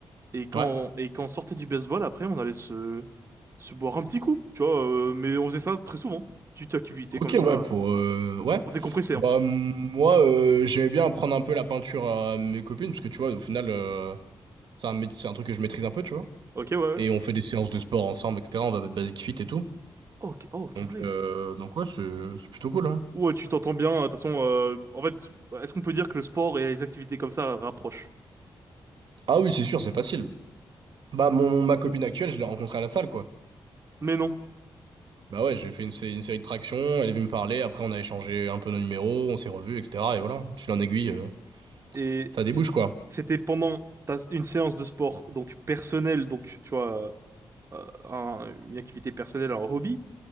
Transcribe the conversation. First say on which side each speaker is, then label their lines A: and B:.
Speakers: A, on the right; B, on the right.
A: Et quand,
B: Ouais.
A: et quand on sortait du baseball, après, on allait se, se boire un petit coup, tu vois. euh, mais on faisait ça très souvent, petite activité
B: Ok,
A: comme ça,
B: ouais, pour...
A: euh,
B: euh, Ouais.
A: pour décompresser
B: Bah,
A: un peu.
B: m- moi, euh, j'aimais bien apprendre un peu la peinture à mes copines, parce que, tu vois, au final, euh, c'est un, mét- c'est un truc que je maîtrise un peu, tu vois.
A: Ok, ouais, ouais.
B: Et on fait des séances de sport ensemble, etc. On va à Basic Fit et tout.
A: Oh, ca- oh, carré.
B: Donc, euh, donc ouais, c'est c'est plutôt cool, hein.
A: Ouais, tu t'entends bien. De toute façon, euh, en fait, est-ce qu'on peut dire que le sport et les activités comme ça rapprochent?
B: Ah oui, c'est sûr, c'est facile. Bah, mon, mon- ma copine actuelle, je l'ai rencontrée à la salle, quoi.
A: Mais non.
B: Bah ouais, j'ai fait une, sé- une série de tractions, elle est venue me parler, après on a échangé un peu nos numéros, on s'est revus, etc. Et voilà, tu fil en aiguille, euh,
A: Et
B: ça
A: c'est-
B: débouche, quoi.
A: c'était pendant ta- une séance de sport, donc personnelle, donc tu vois, euh, un- une activité personnelle, un hobby,